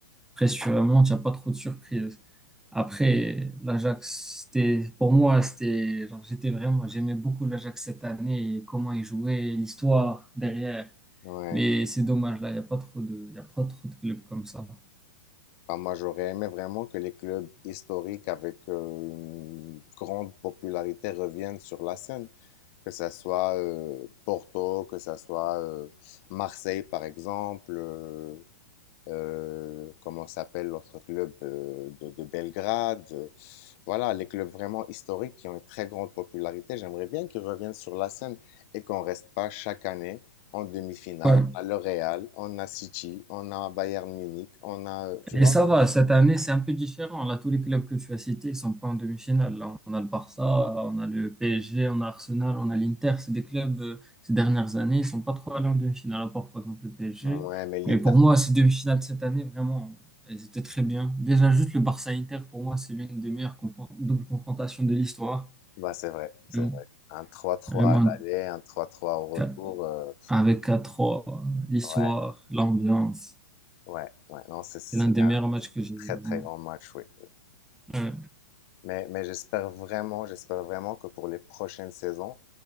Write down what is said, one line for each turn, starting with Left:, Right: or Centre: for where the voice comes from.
Centre: Après, si tu remontes, il n'y a pas trop de surprises. Après, l'Ajax, c'était, pour moi, c'était, genre, j'étais vraiment, j'aimais beaucoup l'Ajax cette année et comment il jouait, l'histoire derrière.
Left: Ouais.
Centre: Mais c'est dommage, là, il n'y a pas trop de, il y a pas trop de clubs comme ça.
Left: Ah, moi, j'aurais aimé vraiment que les clubs historiques avec euh, une grande popularité reviennent sur la scène, que ça soit euh, Porto, que ça soit euh, Marseille, par exemple, euh, euh, comment s'appelle l'autre club euh, de, de Belgrade. euh, Voilà, les clubs vraiment historiques qui ont une très grande popularité, j'aimerais bien qu'ils reviennent sur la scène et qu'on reste pas chaque année en demi-finale.
Centre: Ouais.
Left: On a le Real, on a City, on a Bayern Munich, on a, euh, tu
Centre: Et
Left: vois.
Centre: ça va, cette année, c'est un peu différent. Là, tous les clubs que tu as cités ne sont pas en demi-finale. Là, on a le Barça, on a le PSG, on a Arsenal, on a l'Inter. C'est des clubs, euh, ces dernières années, ils sont pas trop allés en demi-finale, à part, par exemple, le PSG.
Left: Ouais, mais l'Inter,
Centre: Mais pour moi, ces demi-finales cette année, vraiment, elles étaient très bien. Déjà, juste le Barça-Inter, pour moi, c'est l'une des meilleures confron- doubles confrontations de l'histoire.
Left: bah, c'est vrai, c'est
Centre: Vraiment,
Left: vrai. Un trois trois
Centre: vraiment,
Left: à l'aller, un trois trois au retour.
Centre: quatre-
Left: euh,
Centre: avec 4-3, l'histoire,
Left: ouais,
Centre: l'ambiance.
Left: ouais, ouais. Non, c'est- c'était
Centre: C'est l'un des
Left: un
Centre: meilleurs matchs que j'ai
Left: très,
Centre: vu, vraiment.
Left: très grand match, oui. oui.
Centre: Ouais,
Left: Mais, mais j'espère vraiment, j'espère vraiment que pour les prochaines saisons,